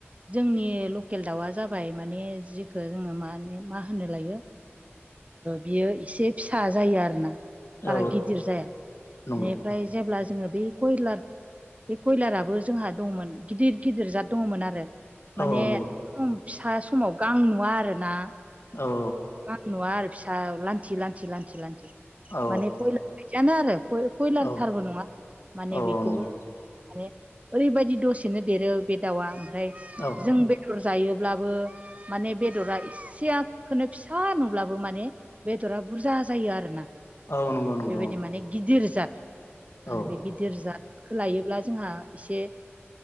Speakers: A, on the right; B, on the left.
A: जोंनि लकेल दाउआ जाबाय माने जिखो जोङो माने मा होनो लायो बियो एसे फिसा जायो आरोना बारा
B: औ
A: गिदिर जाया
B: नंगौ
A: बेनिफ्राय जेब्ला जोङो बे कयलार बे कयलाराबो जोंहा दङमोन गिदिर गिदिर जाद दङमोन आरो
B: औ
A: माने
B: औ नंगौ
A: फिसा समाव गां नुवा आरोना
B: औ
A: गां नुवा आरो फिसा लान्थि लान्थि लान्थि लान्थि
B: औ
A: माने खयलार बादियानो आरो कयलार
B: औ
A: थारबो नङा माने
B: औ
A: बेखौबो
B: नंगौ
A: माने ओरैबायदि दसेनो देरो बे दाउआ ओमफ्राय
B: औ
A: जों बे दर जायोब्लाबो माने बेदरा इसेखौनो फिसा नुब्लाबो माने बेदरा बुरजा जायो आरोना
B: औ नंगौ नंगौ
A: बेबायदि माने गिदिर जा आरो
B: औ
A: बे गिदिर जा दखौ लायोब्ला जोंहा एसे